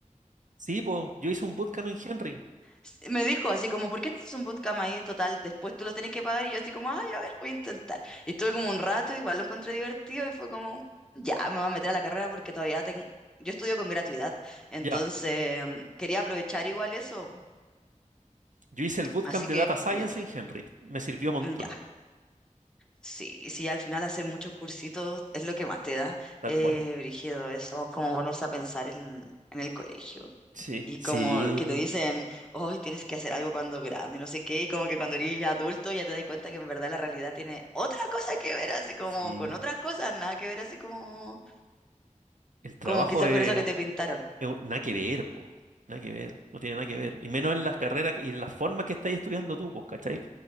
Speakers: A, on the right (about 75°); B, in the centre.
A: sí, po, yo hice un bootcamp en Henry.
B: s- Me dijo así como, ¿por qué no haces un bootcamp ahí total? Después tú lo tenés que pagar. Y yo así como, ay, a ver, voy a intentar. Y estuve como un rato, igual lo encontré divertido y fue como, ya, me voy a meter a la carrera porque todavía tengo... Yo estudio con gratuidad, entonces
A: Ya,
B: mm, quería aprovechar igual eso.
A: yo hice el bootcamp
B: Así
A: de
B: que,
A: Data Science
B: bien,
A: en Henry. Me sirvió un montón,
B: mm, ya. Sí, sí, al final hacer muchos cursitos es lo que más te da,
A: tal
B: eh,
A: cual.
B: brígido, eso, como ponerse a pensar en, en el colegio.
A: Sí,
B: Y
A: sí,
B: como que te dicen, hoy tienes que hacer algo cuando grande, y no sé qué, y como que cuando eres adulto ya te das cuenta que en verdad la realidad tiene otra cosa que ver, así como
A: sí.
B: con otras
A: po.
B: cosas, nada que ver, así como,
A: El trabajo
B: como quizás
A: es...
B: con eso que te pintaron.
A: Es un- Nada que ver, po. Nada que ver. No tiene nada que ver. Y menos en las carreras que- y en las formas que estás estudiando tú, pues, ¿cachai?